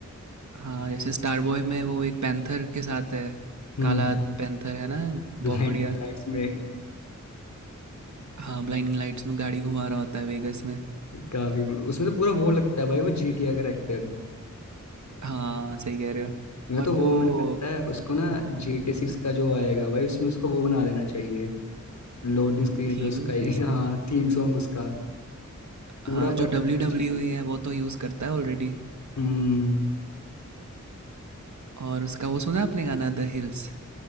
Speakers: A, on the right; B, on the left.
A: हाँ जैसे स्टार बॉय में वो एक पैंथर के साथ है
B: हम्म
A: काला पैंथर है ना
B: ब्लाइंडिंग
A: बहुत बढ़िया
B: लाइट्स में
A: हाँ ब्लाइंडिंग लाइट्स में गाड़ी घुमा रहा होता है वेगस में
B: काफी उसमें तो पूरा वो लगता है भाई वो जीटीए का एक्टर
A: हाँ सही कह रहे हो
B: मैं
A: और
B: तो वो
A: वो
B: मन करता है उसको ना
A: हाँ,
B: जीटीए सिक्स का जो आएगा भाई उसमें उसको वो बना देना चाहिए लोडिंग स्क्रीन
A: थीम
B: पे उसका ही
A: जैसे
B: हाँ थीम सॉन्ग उसका पूरा
A: हाँ
B: परफेक्ट
A: जो डब्ल्यू
B: मैच
A: डब्ल्यू
B: करेगा
A: ई है वो तो यूज़ करता है ऑलरेडी
B: हम्म
A: और उसका वो सुना आपने गाना द हिल्स